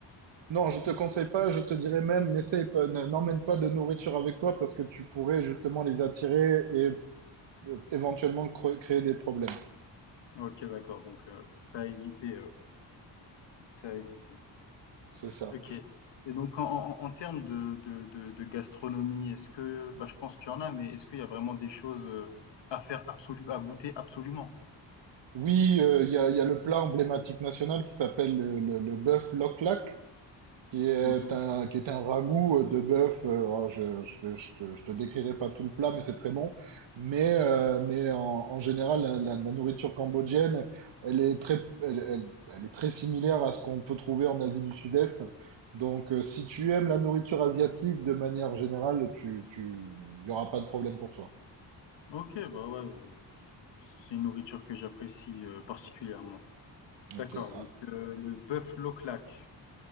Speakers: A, on the right (about 80°); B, on the left (about 75°).
A: Non, je te conseille pas. Je te dirais même, n'essaye pas, ne- n'emmène pas de nourriture avec toi parce que tu pourrais justement les attirer et euh, éventuellement cre- créer des problèmes.
B: Ok, d'accord. Donc, euh, ça a évité, euh, ça a évité.
A: C'est ça.
B: OK. Et donc en en en termes de de de de gastronomie, est-ce que bah, je pense qu'il y en a, mais est-ce qu'il y a vraiment des choses, heu, à faire absolu à goûter absolument?
A: Oui, euh, il y a, il y a le plat emblématique national qui s'appelle le, le, le bœuf loklak, qui est
B: Mmh
A: un, qui est un ragoût euh, de bœuf. euh, alors je, je, te- je, te je te décrirai pas tout le plat, mais c'est très bon. Mais, euh, mais en, en général, la, la- la nourriture cambodgienne, elle est très, elle, elle- elle est très similaire à ce qu'on peut trouver en Asie du Sud-Est. Donc, euh, si tu aimes la nourriture asiatique de manière générale, tu, tu, il y aura pas de problème pour toi.
B: OK, bah, ouais, je c'est une nourriture que j'apprécie, heu, particulièrement. D'accord,
A: Ok, ah,
B: donc heu, le bœuf Lauchlac,